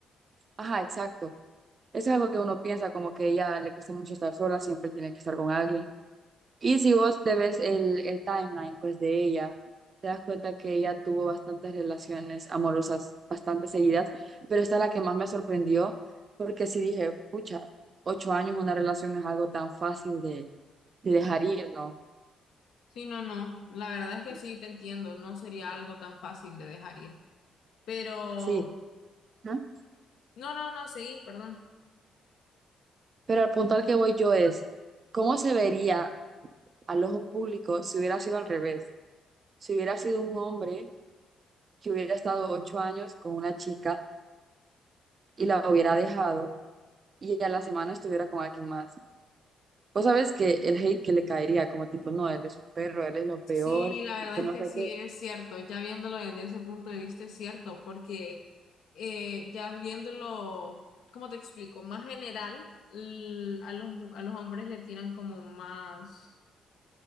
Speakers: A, on the right; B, on the left.
A: Ajá, exacto. Eso es algo que uno piensa, como que a ella le cuesta mucho estar sola, siempre tiene que estar con alguien. Y si vos te ves el, el timeline, pues de ella, te das cuenta que ella tuvo bastantes relaciones amorosas, bastante seguidas, pero esta es la que más me sorprendió, porque sí dije, pucha, ocho años una relación no es algo tan fácil de, de dejar ir, ¿no?
B: Sí, no, no. La verdad es que
A: Es-
B: sí, te entiendo. No sería algo tan fácil de dejar ir. Pero,
A: Sí, ¿no?
B: no, no, no, seguí, perdón.
A: pero al punto al que voy yo es, ¿cómo se vería al ojo público si hubiera sido al revés? Si hubiera sido un hombre que hubiera estado ocho años con una chica y la hubiera dejado y a la semana estuviera con alguien más. Vos sabes que el hate que le caería, como tipo, no, él es un perro, él es lo peor,
B: Sí, la verdad
A: que no
B: es que
A: sé
B: sí,
A: qué.
B: es cierto. Ya viéndolo desde ese punto de vista, es cierto, porque eh, ya viéndolo, ¿cómo te explico? Más general, l- a los, mu- a los hombres le tiran como más,